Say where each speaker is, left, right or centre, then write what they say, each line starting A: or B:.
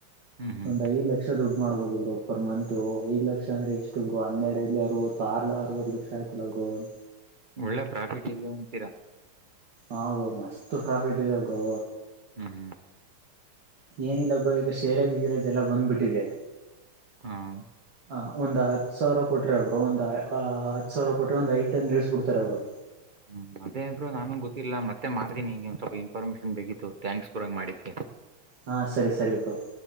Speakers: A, on the right; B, on the right.
A: ಹ್ಮ್ ಹ್ಮ್ ಹ್ಮ್
B: ಒಂದ್ ಐ್ ಲಕ್ಷ ದುಡ್ಡು ಮಾಡ್ಬಹುದುರು ಪರ್ ಮಂತತ್ ಐ್ ಲಕ್ಷ ಅಂದ್ರೆ ಎಷ್ಟು ಗರು ಹನ್ನೆರಡಲಿ ಅವತ್ತು ಆ ಅರವತ್ತು ಲಕ್ಷ ಆಯ್ತಲ್ಲರು ಫಲ್
A: ಒಳ್ಳೆ ಪ್ರಾಫಿಟ್ ಇದೆ ಅಂತೀರಾ
B: ಹದು ಮಸ್ತ್ ಪ್ರಾಫಿಟ್ ಇದೆ ಬ್ರೋ
A: ಹ್ಮ್
B: ಏನಿಲ್ಲಬ್ರ ಈಗ ಶೈಲಜ್ ಗಿರೇಜ್ ಎಲ್ಲ ಬಂದ್ಬಿಟ್ಟಿದೆ
A: ಹ್ಮ್
B: ಹ ಒಂದು ಹತ್ತು ಸಾವಿರ ಕೊಟ್ರ ಅವ್ರು ಒಂದ ಹದ್ ಸಾವಿರ ಕೊಟ್ರೆ ಒಂದ್ ಐದು ಟನ್ಳಿಸಸ್ಬ ಬಿಡ್ತಾರ ಅವ್ರು
A: ಹ್ಮ್ ಅದೇ ಇಬ್್ರರು ನಾನುನ್ ಗೊತ್ತಿಲ್ಲ ಮತ್ತೆ ಮಾಡ್ದಿನಿ ಈಗ ಒಂದ್ ಸ್ವಲ್ಪ ಇನ್ಫಾರ್ಮೇಶನ್ ಬೇಕಿತ್ತು ಥ್ಯಾಂಕ್ಸ್ ಗುರ ಮಾಡಿದವಿ
B: ಹಾ ಸರಿ ಸರಿ ಇ ಬರು